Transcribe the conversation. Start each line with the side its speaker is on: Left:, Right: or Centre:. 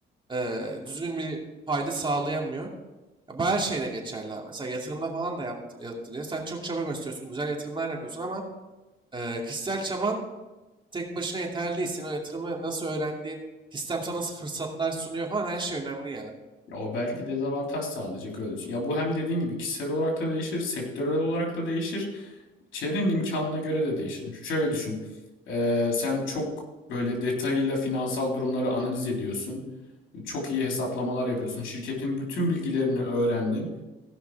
Right: eee, düzgün bir fayda sağlayamıyor. Ya bu her şeyde geçerli abi. Mesela yatırımda falan da yaptı, yaptı diyor. Sen çok çaba gösteriyorsun, güzel yatırımlar yapıyorsun ama eee, kişisel çaban tek başına yeterli değil. Senin o yatırımı nasıl öğrendiğin, sistem sana nasıl fırsatlar sunuyor falan her şey önemli ya.
Left: Ya o belki dezavantaj sağlayacak öyle düşün. Ya bu hem dediğin gibi kişisel olarak da değişir, sektörel olarak da değişir. Çevrenin imkanına göre de değişir. Şöyle düşün. Ee, sen çok böyle detayıyla finansal durumları analiz ediyorsun. Çok iyi hesaplamalar yapıyorsun. Şirketin bütün bilgilerini öğrendin.